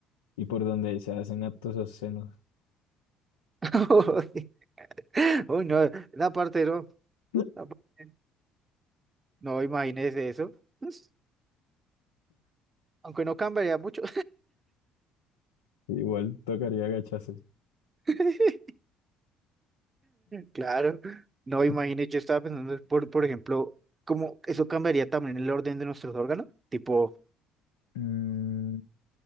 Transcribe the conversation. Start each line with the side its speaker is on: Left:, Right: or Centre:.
Left: Y por donde se hacen actos obscenos.
Right: <laughs> Uy, no, La parte no.
Left: <laughs>
Right: esa parte No, imagínese eso. <laughs> Aunque no cambiaría mucho.
Left: Igual tocaría agacharse.
Right: <laughs> Claro. No, imagínese,
Left: <laughs>
Right: yo estaba pensando, por, por ejemplo, cómo eso cambiaría también el orden de nuestros órganos. Tipo,
Left: Mm,